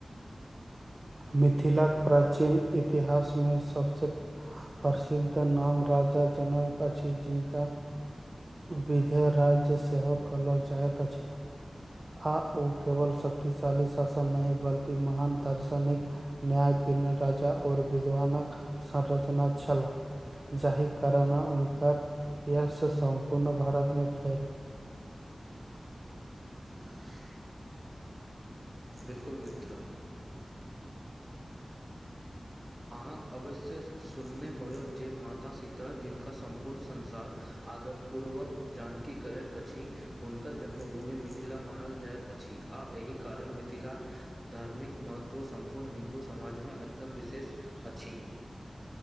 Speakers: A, on the right (about 40°); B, on the right (about 20°).
A: मिथिलाक प्राचीन इतिहासमे सबसँ प्रसिद्ध नाम राज जनक अछि जिनका विधेय राज्य सेहो कहल जाइत आ ओ केवल शक्तिशाली शासन नहि बल्कि महान दर्शन निक न्याय पिन राजा आओर विद्वानक संरचना छल जाहि कारण उनक य सम्पूर्ण भारतमे फैल
B: आ <inaudible> बिलकुल मित्र अहाँके अवश्य सुनने होयब जे माता सीता जिनका सम्पूर्ण संसार आदरपूर्वक जानकी कहैत अछि हुनकर जन्मभूमि मिथिला मानल जाइत अछि आ एहि कारण मिथिलाक धार्मिक महत्व सम्पूर्ण हिन्दू समाजमे अत्यन्त विशेष अछि